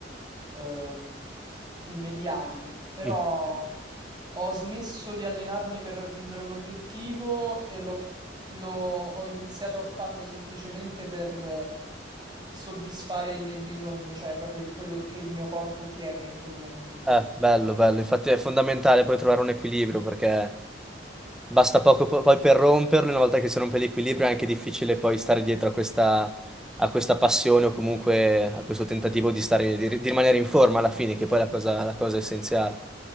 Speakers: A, on the right (about 25°); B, in the centre.
A: ehm, immediati, però...
B: Mm.
A: Ho smesso di allenarmi per raggiungere un obiettivo e l'ho f- l'ho- ho iniziato a farlo semplicemente per eh, soddisfare i miei bisogni, cioè proprio quello che il mio corpo chiede in quel momento.
B: Eh, bello, bello. Infatti è fondamentale poi trovare un equilibrio perché Basta poco po- poi per romperlo, una volta che si rompe l'equilibrio è anche difficile poi stare dietro a questa, a questa passione o comunque a questo tentativo di stare, di, di rimanere in forma alla fine, che poi è la cosa, la cosa essenziale.